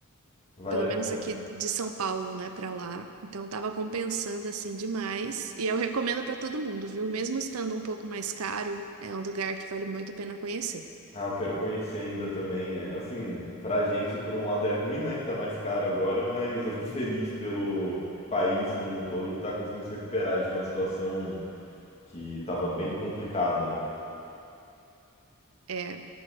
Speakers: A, on the left; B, on the right.
A: vale
B: pelo
A: a pena.
B: menos aqui de São Paulo, né, para lá. Então estava compensando assim demais. E eu recomendo para todo mundo, viu? Mesmo estando um pouco mais caro, é um lugar que vale muito a pena conhecer.
A: Ah, eu quero conhecer ainda também. É, Assim, pra gente, por um lado é ruim, né, que tá mais caro agora, mas eu fico feliz pelo país como um todo que tá conseguindo se recuperar de uma situação que tava bem complicada, né?
B: É,